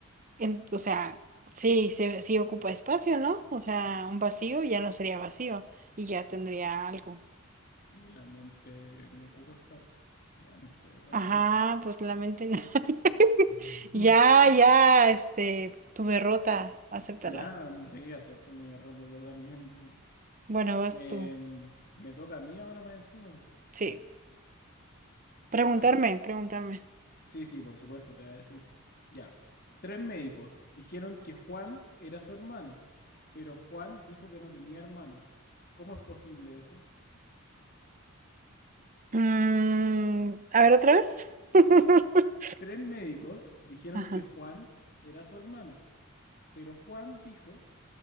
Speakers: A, on the right; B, on the left.
A: en- o sea, sí, se, sí ocupa espacio, ¿no? O sea, un vacío ya no sería vacío y ya tendría algo.
B: ni la mente no ocupa espacio. Ya no sé, bueno,
A: Ajá,
B: da igual.
A: pues la mente no. <laughs>
B: <laughs>
A: Ya, ya, este, tu derrota, acéptala.
B: Ya, mm, sí, acepto mi derrota totalmente.
A: Bueno, vas
B: Em,
A: tú.
B: me toca a mí ahora más encima.
A: Sí. Preguntarme,
B: A ver.
A: preguntarme.
B: Sí, sí, por supuesto, te voy a decir. Ya. Tres médicos dijeron que Juan era su hermano, pero Juan dijo que no tenía hermanos. ¿Cómo es posible eso?
A: Mm, a ver, otra vez. <laughs>
B: Tres médicos dijeron
A: Ajá.
B: que Juan era su hermano, pero Juan dijo